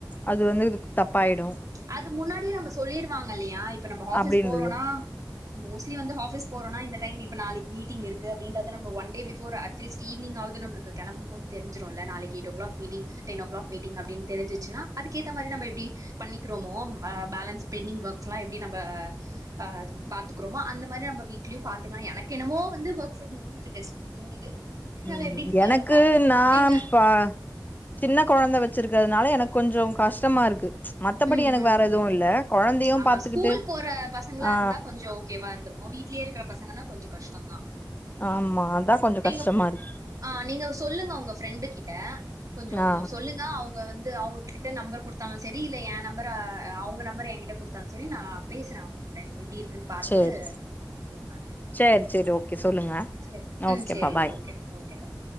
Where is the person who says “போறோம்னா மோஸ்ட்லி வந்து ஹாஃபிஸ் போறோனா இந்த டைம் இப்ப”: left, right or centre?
Right